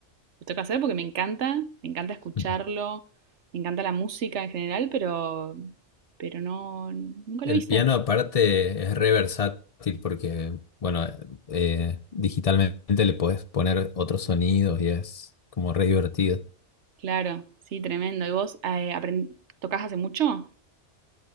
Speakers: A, on the right (about 75°); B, on the left (about 40°).
A: lo tengo que hacer porque me encanta, me encanta escucharlo,
B: <laughs>
A: me encanta la música en general, pero, pero no, nunca
B: El
A: lo hice.
B: piano aparte es re versátil porque, bueno, eh, digitalmente le podés poner otros sonidos y es como re divertido.
A: Claro, sí, tremendo. ¿Y vos eh, apren- tocás hace mucho?